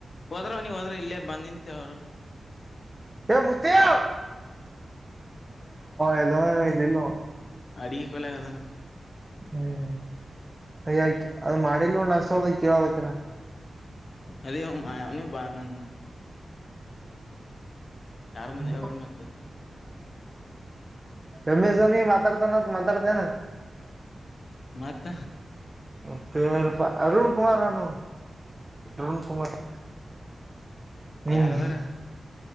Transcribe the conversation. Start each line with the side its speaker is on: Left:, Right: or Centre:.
Left: ಹೋದ್ರ ನೀವು ಹೋದ್ರ ಇಲ್ಲೇ ಬಂದ ನಿಂತವರು
Right: ಹ ಮುತಿ ಹ ಎಜ ನೀ ದು
Left: ಅಡಿಗೆ ಕೊಳಾಗದಾನ
Right: ಹ್ಮ್ಯ್ಯ ಅದ್ ಮಾಡಿಲ್ ಒಸೋದ ಕೇಳೋದ
Left: ಅರಿ ಆಯ ಅವನ ಬ ನ ಯಾರ್ ಮುಂದ್
Right: ಹ್ಮ್
Left: ಹೇಳ್ಬೇಡ್ ಮತ್ತ
Right: ಗಮ ಸವನ ಮಾತಾಡ್ತಾನ ಮಾತಾಡ್ತೇನೆ.
Left: ಮತ್ತ
Right: ಮತ್ತೆ ಪ ಅರುಣ್ ಕುಮಾರ್ ನಾನ ಅರುಣ ಕುಮಾರ್ ಹ್ಮ್
Left: ಯಾರದಾರ